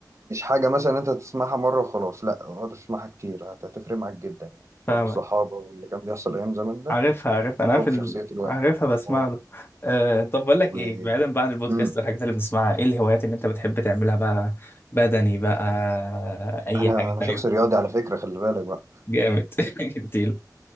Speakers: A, on the right (about 40°); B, on the left (about 30°).
A: مش حاجة مثلا أنت تسمعها مرة وخلاص لأ اقعد تسمعها كتير هت- هتفرق معاك جدا يعني
B: فاهمك
A: جو الصحابة واللي كان بيحصل أيام زمان ده
B: عارفها عارفها انا عارف
A: أو في
B: ال...
A: شخصية الواحد
B: عارفها بسمع
A: اه
B: له أه طب بقول لك
A: و
B: ايه بعيدا بقى عن البودكاست
A: مم.
B: والحاجات اللي بنسمعها ايه الهوايات اللي انت بتحب تعملها بقى بدني بقى اي
A: أنا
B: حاجه
A: أنا
B: تانية
A: شخص رياضي على فكرة خلي بالك بقى
B: جامد <laughs>